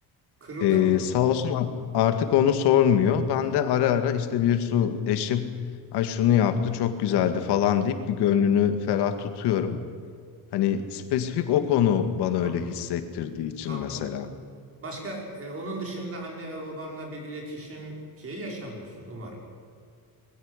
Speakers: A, on the right (about 35°); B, on the left (about 80°).
A: Kırıldı
B: Ee,
A: mı?
B: sağ olsun a- artık onu sormuyor. Ben de ara ara işte bir su eşim ay şunu yaptı çok güzeldi falan deyip bir gönlünü ferah tutuyorum. Hani spesifik o konu bana öyle
A: Anladım.
B: hissettirdiği için
A: Anladım.
B: mesela.
A: Başka e, onun dışında anne ve babanla bir iletişim şeyi yaşamıyorsun umarım.